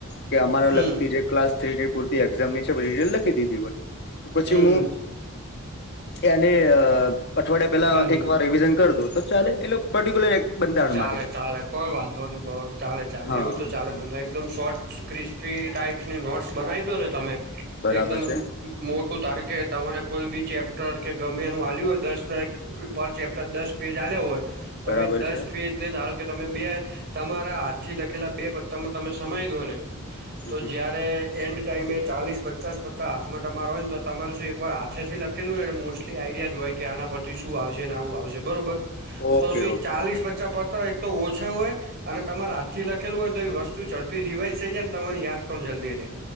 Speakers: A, on the left; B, on the right.
A: કે અમારા
B: હમ
A: લગતી જે ક્લાસ થ્રી પૂરતી. એઝામની છે રિઝલ્ટ લખી દીધી હોય તો પછી
B: હમ હમ
A: હું. એને અ. અઠવાડિયા પેલા
B: હમ હમ
A: એક વાર રિવિઝન કર દઉ તો ચાલે એટલે પર્ટિક્યુલર એક બંધારણ
B: ચાલે
A: માટે
B: ચાલે કોઈ વાંધો નઇ બો ચાલે ચાલે
A: હા
B: એવું તો
A: હા
B: ચાલે તમને એકદમ શોર્ટ સ્કિ ફ્રી ટાઈપ્સની નોટ્સ બનાવી દો ને તમે
A: બરાબર
B: એકદમ
A: છે
B: મોટું ધારકે તમારે કોઈ બી ચેપ્ટર કે ગમે એનું આલ્યું હોય દસ <unintelligible> પર ચેપ્ટર દસ પેજ આલ્યા હોય તો
A: બરાબર
B: અવે દસ
A: છે
B: પેજ ને ધારો કે તમે બે તમારા હાથથી લખેલા બે પત્તામાં તમે સમાય દો ને
A: હમ
B: તો
A: હમ
B: જયારે એન્ડ ટાઈમે ચાલીસ પચાસ પત્તા હાથમાં તમારા હોય ને તો તમારે શું એકવાર હાથેથી લખ ખેલુ હોયને મોસ્ટલી આઈડિયા જ હોય કે આના <unintelligible> શું આવશેને આવું આવશે બરોબર?
A: ઓકે
B: તો શું એ
A: ઓકે
B: ચાલીસ પચ્ચા પત્તા એક તો ઓછા હોય અને તમારે હાથથી લખેલું હોય ને તો એ વસ્તુ ઝડપી રિવાઈઝ થઈ જાય ને તમને યાદ પણ જલ્દી રે.